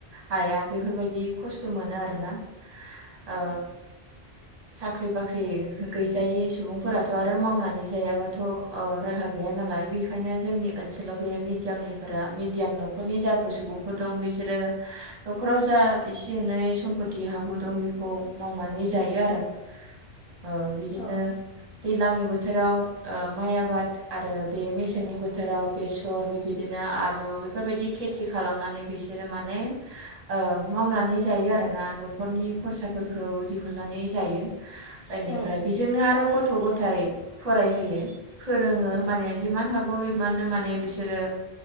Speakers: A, on the right (about 40°); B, on the left (about 65°).
A: हाया बेफोरबायदि खस्थ' मोनो आरोना। औ। साख्रि बाख्रि गैजायै सुबुंफोराथ' आरो मावनानै जायाबाथ' ओ राहा गैया नालाय बेखायनो जोंनि ओनसोलाव बे मिदियामनिफोरा मिदियाम न'ख न'खरनि जाफोर सुबुंफोर दं बिसोरो न'खराव जा एसे एनै सम्पति हाहु दं बेखौ मावनानै जायो आरो। ओ बिदिनो
B: औ
A: दैज्लांनि बोथ बोथोराव ओ माइ आबाद आरो बे मेसेंनि बोथोराव बेसर बिबायदिनो आलु बेफोरबायदि खेथि खालामनानै बिसोरो माने ओ मावनानै जायो आरोना न'खरनि खरसाफोरखौ दिहुननानै जायो। बेनिफ्राय
B: औ नंगौ
A: बेजोंनो आरो गथ' गथाय फरायहोयो फोरोङो
B: उम
A: माने जिमान हागौ इमाननो माने बिसोरो